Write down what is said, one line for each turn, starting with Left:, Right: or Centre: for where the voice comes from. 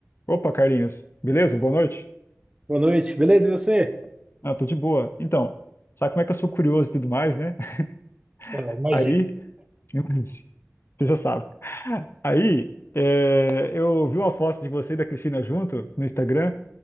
Left: Opa, Carlinhos. Beleza? Boa noite.
Right: Boa noite, beleza? E você?
Left: Ah, tô de boa. Então, sabe como é que eu sou curioso e tudo mais, né? <laughs>
Right: Ah, imagina,
Left: Aí, <laughs> você já sabe. Aí, é, eu vi uma foto de você e da Cristina junto no Instagram